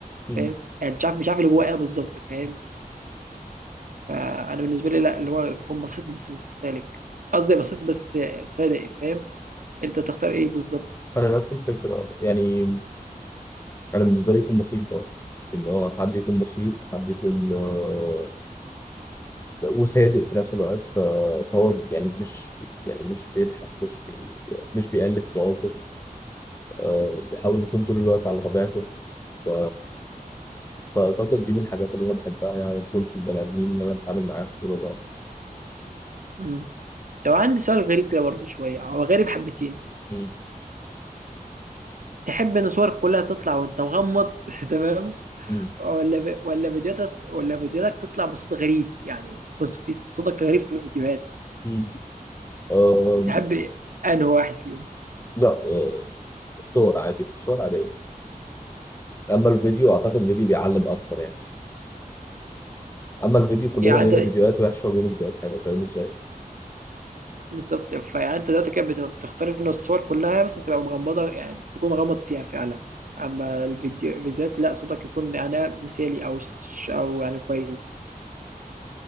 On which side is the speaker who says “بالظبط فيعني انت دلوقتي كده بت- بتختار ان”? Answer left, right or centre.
Right